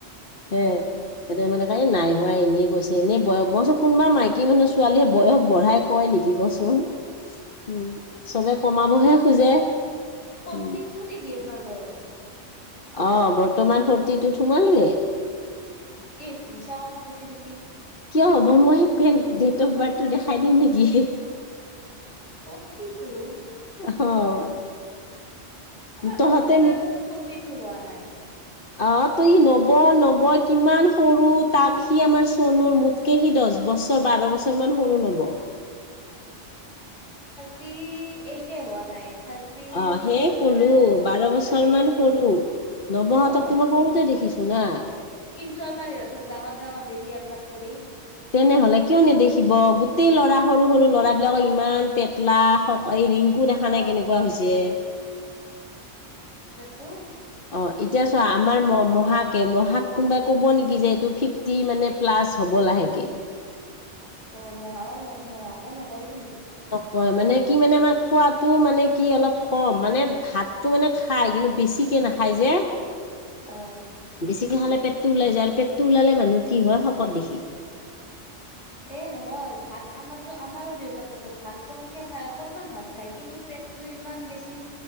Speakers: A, on the left; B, on the left.
A: সে
B: অ
A: এতিয়া মানে নাই হোৱাই এনেই কৈছে, এনে বয়স মই কোনোবা মাই বাকী মানুহ ছোৱালীয়ে বয়স বঢ়াই কয় নেকি কচোন। উম, চবে কমাবহে খোজে
B: ফৰ্তি
A: উম
B: তু নেকি আপোনাৰ বয়স?
A: অ', বৰ্তমান ফ'ৰ্তিটুত সোমালোৱে।
B: ইহ মিছা কথা কৈছে নেকি?
A: কিয় হ'ব মই হেন ডেট অফ বাৰ্থটো দেখাই দিম নেকি?
B: Forty two.
A: অ'।
B: আমাৰ
A: তহঁতে
B: বাপা কৰে
A: মোক
B: ছোন ফটি টো হোৱা নাই।
A: অ', তই নব নব কিমান সৰু তাক সি আমাৰ চনুৰ মোতকে সি দছ বছ ৰ বাৰ বছৰ মান সৰু নব।
B: সি এইটে হোৱা নাই। থাৰ্টি
A: অ সেই
B: ফ'ৰ
A: কলো
B: নে
A: বাৰ বছৰ
B: থাৰ্টি
A: মান
B: থ্ৰী
A: সৰু নৱহঁতক
B: অ',
A: তোমাৰ সৰুতে দেখিছো না
B: কিন্তু আমাৰ ইহঁতক ডাঙৰ, ডাঙৰ দেখ কি আপনাত কৰি
A: তেনেহলে কিয় নেদেখিব গোটেই ল'ৰা সৰু সৰু ল'ৰাবিলাক ইমান পেট তলা, এই ৰিংকু দেখা
B: অ
A: নাই কেনেকুৱা হৈছে।
B: টো
A: অ', এতিয়া চোৱা আমাৰ ম মহাকে-মহাকে কোনোবাই ক'ব নেকি যে এইটো ফিফটি মানে প্লাছ হব লাহেকে।
B: অ', মহাও ন মহাকো নক হয় কিন্তু।
A: কয় মানে কি মানে আমাৰ খোৱাটো মানে কি অলপ কম মানে ভাতটো মানে খাই কিন্তু বেছিকে নাখায় যে।
B: অ
A: বেছিকে খালে পেটটো উলাই যায় আৰু পেটটো ওলালে মানুহ কি হয় শকত দেখি।
B: এ নহয় ভাত আমাৰতো আমাৰো দেউতাকেতো ভাত কমকে খাই অকনমান ভাত খাই কিন্তু পেটটো ইমান বেছি,